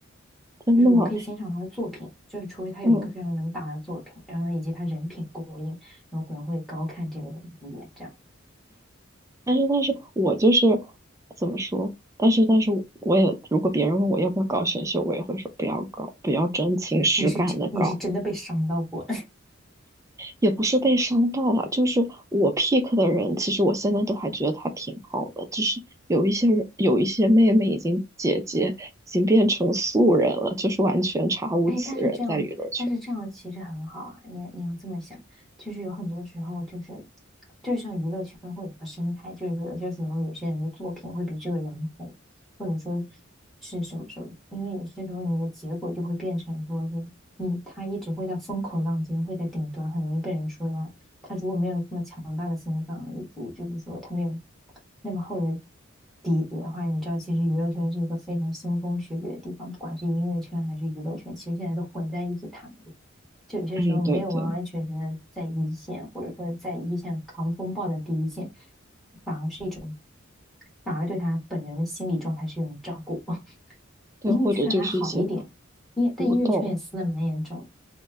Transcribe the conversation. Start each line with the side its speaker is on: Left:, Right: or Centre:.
Right: 真的吗？
Centre: 就是我可以欣赏他的作品，就是除非他有一个非常能打的作品，
Right: 嗯，
Centre: 然后呢，以及他人品过硬，然后可能会高看这个人一眼。这样，
Right: 但是，但是我就是怎么说？但是，但是我也，如果别人问我要不要搞选秀，我也会说不要搞，不要真情实感的搞。
Centre: 你是真你是真的被伤到过。
Right: 也不是被伤到了，就是我 pick 的人，其实我现在都还觉得他挺好的，只是有一些人，有一些妹妹已经姐姐已经变成素人了，就是完全查无此人在娱乐圈。
Centre: 哎，但是这样，但是这样其实很好啊。你你要这么想，就是有很多时候，就是就像娱乐圈会有个生态，就是说有些时候有些人的作品会比这个人红，或者说是什么什么。因为有些时候你的结果就会变成说是你他一直会在风口浪尖，会在顶端，很容易被人说他他如果没有这么强大的心脏，以及就是说他没有那么厚的底子的话，你知道，其实娱乐圈是一个非常腥风血雨的地方，不管是音乐圈还是娱乐圈，其实现在都混在一起谈，就有些时候没有完完全全的在一线，
Right: 嗯，对对
Centre: 或者说在一线扛风暴的第一线，反而是一种，反而对他本人的心理状态是一种照顾。<laughs>
Right: 对，
Centre: 音乐圈还好一点，
Right: 或者就是一些
Centre: 音但音乐圈也撕的蛮严重，
Right: 胡豆，